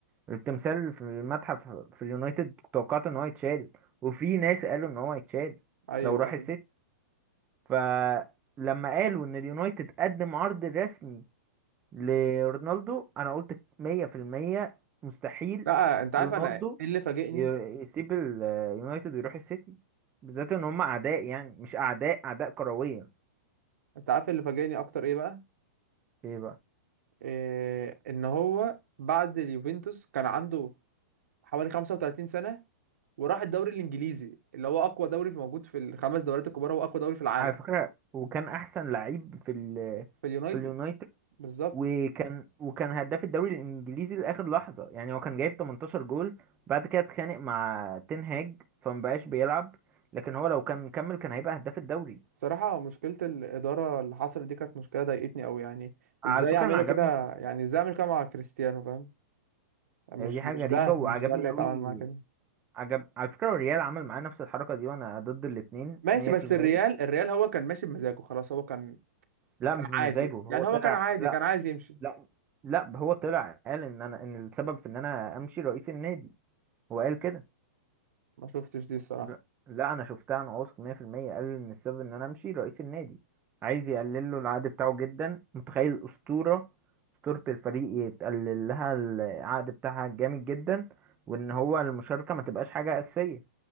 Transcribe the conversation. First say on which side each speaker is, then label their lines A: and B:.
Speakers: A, on the right; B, on the right.
A: التمثال في المتحف في اليونايتد كنت توقعت ان هو يتشال وفي ناس قالوا ان هو يتشال
B: ايوه
A: لو راح
B: ايوه
A: السيتي فلما قالوا ان اليونايتد قدم عرض رسمي لرونالدو انا قلت 100% مستحيل
B: لا انت عارف
A: رونالدو
B: انا ايه اللي فاجئني
A: ير- يسيب اليونايتد ويروح السيتي بالذات ان هم اعداء يعني مش اعداء اعداء كرويا
B: انت عارف اللي فاجئني اكتر ايه بقى
A: ايه بقى؟
B: إيه ان هو بعد اليوفنتوس كان عنده حوالي 35 سنة وراح الدوري الانجليزي اللي هو اقوى دوري في موجود في الخمس دوريات الكبار هو اقوى دوري في العالم
A: على فكرة وكان أحسن لعيب في ال
B: في اليونايتد
A: في اليونايتد
B: بالظبط
A: وكان وكان هداف الدوري الإنجليزي لآخر لحظة يعني هو كان جايب 18 جول بعد كده اتخانق مع تين هاج فمبقاش بيلعب لكن هو لو كان كمل كان هيبقى هداف الدوري
B: صراحة مشكلة الإدارة اللي حصلت دي كانت مشكلة ضايقتني أوي يعني
A: على
B: إزاي
A: فكرة
B: يعملوا
A: أنا عجبني
B: كده يعني إزاي أعمل كده مع كريستيانو فاهم يعني
A: دي
B: مش مش
A: حاجة غريبة
B: ده
A: وعجبني
B: مش ده اللي يتعامل
A: أوي
B: معاه كده
A: عجب على فكرة الريال عمل معاه نفس الحركة دي وأنا ضد الاتنين
B: ماشي
A: 100%
B: بس الريال الريال هو كان ماشي بمزاجه خلاص هو كان
A: لا
B: كان
A: مش بمزاجه
B: عادي
A: هو
B: يعني
A: طلع
B: هو كان عادي
A: لا
B: كان عايز يمشي
A: لا لا هو طلع قال إن أنا إن السبب في إن أنا أمشي رئيس النادي هو قال كده
B: ما شفتش دي الصراحة
A: لا لا، انا شفتها عن واثق 100% قال ان السبب ان انا امشي رئيس النادي عايز يقلل له العقد بتاعه جدا متخيل الاسطوره اسطوره الفريق يتقلل لها العقد بتاعها جامد جدا وان هو المشاركه ما تبقاش حاجه اساسيه